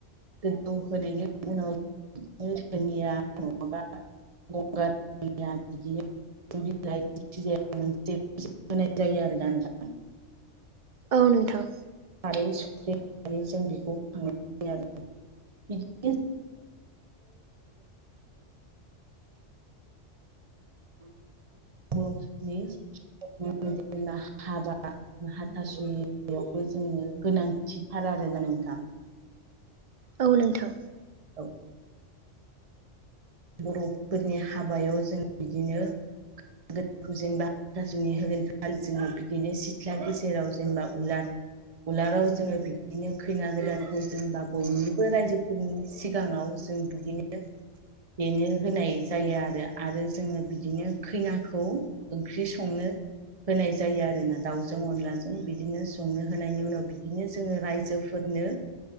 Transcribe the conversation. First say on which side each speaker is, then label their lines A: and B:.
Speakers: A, on the right (about 35°); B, on the right (about 50°).
A: गोजौ होनायनि उनाव बिदिनो सोरोनिया नङाबा गंगार दुन्दिया बिदिनो <unintelligible> <inaudible> होनाय जायो आरो नोंथां
B: औ नोंथां।
A: खारै सुख्रि होननानै जों बेखौ खांनाय जायो आरो बिदिनो <unintelligible> <inaudible> <unintelligible> <inaudible> जेनब हाबा हाथासुनि जोंनो गोनांथिथार आरोना नोंथां।
B: औ नोंथां।
A: औ <inaudible> बर'फोरनि हाबायाव जों बिदिनो जेनेबा जुनि होगोन खा खालि जोङो बिदिनो सिथ्ला गेजेराव जेनेबा उलार उलाराव जोङो बिदिनो खैना गोदानखौ जेनबा बयनिबो रायजो फोरनि सिगाङाव जों बिदिनो बेनो होनाय जायो आरो आरो जोङो बिदिनो खैनाखौ ओंख्रि संनो होनाय जायो आरोना दाउजों अनलाजों बिदिनो संङो। होनायनि उनाव बिदिनो जोङो रायजोफोरनो